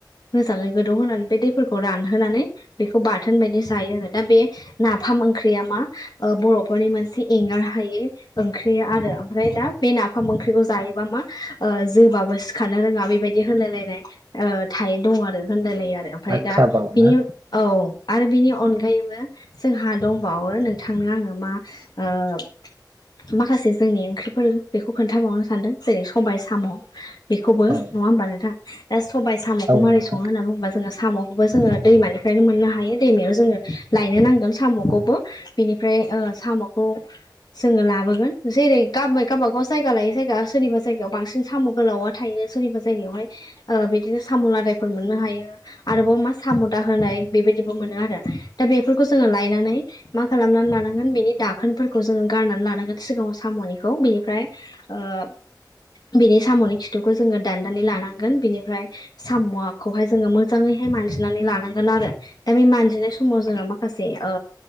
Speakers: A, on the left; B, on the right.
A: मोजाङै गोदौहोनानै बे दैफोरखौ रानहोनानै बेखौ बाथोन बायदि जायो आरो दा बे नाफाम ओंख्रिया मा ओ बर'फोरनि मोनसे एंगार हायै ओंख्रि आरो ओमफ्राय दा बे नाफाम ओंख्रिखौ जायोबा मा ओ जोबाबो सिखारनो रोङा बेबायदि होनायलायनाय ओ थायो दं आरो होन लाय -लायो आरो ओमफ्राय
B: बाथ्रा
A: दा
B: बाव
A: बिनि
B: ना
A: औ। आरो बिनि अनगायैबो जोंहा दंबावो नोंथांनो आङो मा ओ माखासे जोंनि ओंख्रिफोर बेखौ खोन्थाबावनो सानदों जेरै सबाय साम' बेखौबो
B: औ
A: नङा होमबा नोंथां ओ साम'खौ
B: औ
A: मारै
B: नोंथां
A: सङो होनना बुंबा जोङो साम'खौबो जोङो दैमानिफ्रायनो मोननो हायो दैमायाव जोङो लायनो नांगोन साम'खौबो। बेनिफ्राय ओ साम'खौ जोङो लाबोगोन जेरै गा गावबागाव जायगा लायो जायगा सोरनिबा जायगायाव बांसिन साम' गोलावा थायो सोरनिबा जायगायावहाय ओ बिदिनो साम लादायफोर मोननो हायो आरोबाव मा साम दाहोनाय बेबायदिबो मोनो आरो दा बेफोरखौ जोङो लायनानै मा खालामनानै लानांगोन बिनि दाखोनफोरखौ जोङो गारनानै लानांगोन सिगाङाव साम'निखौ बिनिफ्राय ओब बिनि साम'नि खिथुखौ जोङो दाननानै लानांगोन बिनिफ्राय साम'आखौहाय जोङो मोजाङै हाय मानजिनानै लानांगोन आरो दा बे मानजिनाय समाव जोङो माखासे ओ